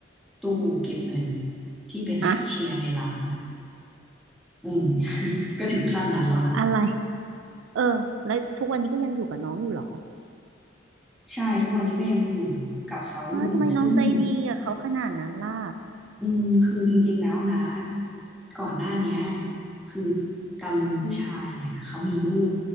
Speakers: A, in the centre; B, on the right.
A: ตู้เก็บเงินที่เป็นแคชเชียร์ในร้านอ่ะ
B: ฮะ
A: อืม <laughs> ก็ถึงขั้นนั้นแล้วนะ
B: อะไรเออแล้วทุกวันนี้ก็ยังอยู่กับน้องอยู่เหรอ
A: ใช่ทุกวันนี้ก็ยังอยู่กับเขาอยู่ซึ่ง
B: เออทำไมน้องใจดีกับเขาขนาดนั้นล่ะ
A: อืมคือจริงๆแล้วนะก่อนหน้าเนี้ยคือตาลุงผู้ชายเนี่ยเขามีลูก